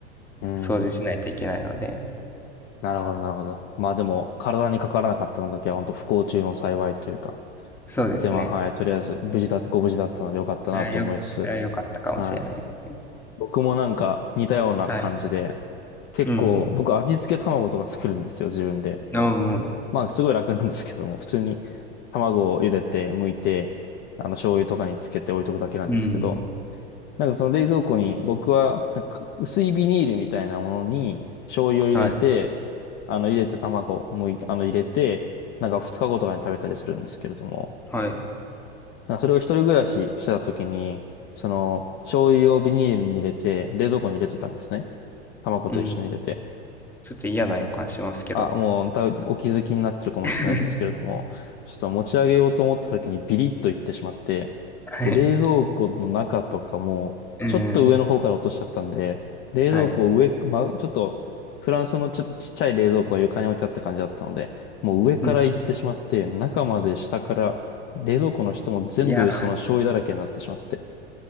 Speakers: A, on the left; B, in the centre.
A: うん。
B: 掃除しないといけないので、
A: なるほど、なるほど。まあでも、体にかからなかったのだけは本当不幸中の幸いというか。
B: そうですね。
A: で、まあ、はい、とりあえず、無事だ、ご無事だったのでよかったなと思いつつ、
B: それはよ、それは良かったかもしれないですね。
A: はい。僕もなんか似たような感じで、
B: はい。
A: 結構僕味付け卵とか作るんですよ、
B: うん。
A: 自分で。
B: うん。
A: まあすごい楽なんですけども、普通に卵を茹でて、剥いて、あの醤油とかにつけて置いとくだけなんですけど、
B: うん。
A: なんかその冷蔵庫に僕はなんか薄いビニールみたいなものに醤油を入れて、
B: はい。
A: あの入れて卵を剥いて、あの入れて、なんか2日後とかに食べたりするんですけれども、
B: はい。
A: なんかそれを一人暮らししてた時に、その醤油をビニールに入れて冷蔵庫に入れてたんですね。卵と一緒に入れて。
B: うん。ちょっと嫌な予感しますけど。
A: あ、もう、だお気づきになってるかもしれないんですけれども、
B: <laughs>
A: ちょっと持ち上げようと思った時にビリッといってしまって、
B: はい。
A: で、冷蔵庫の中とかも、
B: うーん。
A: ちょっと上の方から落としちゃったんで、冷蔵庫を上、
B: はい。
A: ま、ちょっと、フランスのちょっとちっちゃい冷蔵庫が床に置いてあった感じだったので、もう上から行ってしまって、
B: うん。
A: 中まで下から、冷蔵庫の下も全部その醤油だらけになってしまって、
B: いや、